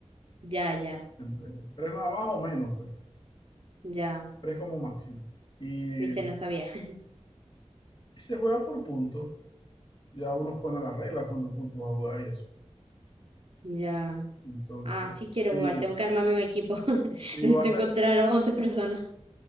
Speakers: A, on the right; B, on the left.
A: Ya, ya,
B: Entre- Tres nada más o menos, pues.
A: ya.
B: Tres como máximo. Y
A: Viste, no sabía. <laughs>
B: se juega por puntos. Ya uno pone las reglas cuántos puntos va a jugar y eso.
A: Ya.
B: Entonces,
A: Ah, sí quiero
B: si,
A: jugar, tengo que armarme un equipo. <laughs>
B: si
A: Necesito
B: vas
A: encontrar
B: a,
A: once personas.